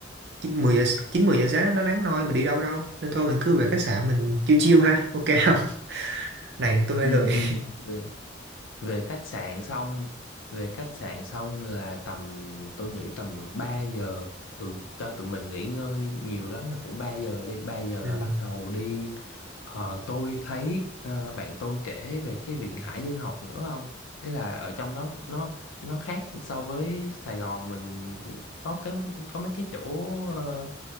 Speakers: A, on the right (about 55°); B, on the left (about 85°).
A: chín mười giờ chín mười giờ sáng nó nó nắng nôi mình đi đâu đâu nên thôi mình cứ về khách sạn mình chiêu chiêu ha ok không <laughs> này tôi hơi
B: ừ
A: lười
B: ừ về về khách sạn xong về khách sạn xong là tầm tôi nghĩ tầm ba giờ ừ cho tụi mình nghỉ ngơi nhiều lắm là cũng 3 giờ đi 3
A: <laughs>
B: giờ là
A: ừ,
B: bắt đầu đi Ờ, tôi thấy ờ, bạn tôi kể về cái viện Hải Dương học nữa không Thế là ở trong đó nó nó khác so với Sài Gòn mình có cái có mấy cái chỗ ờ,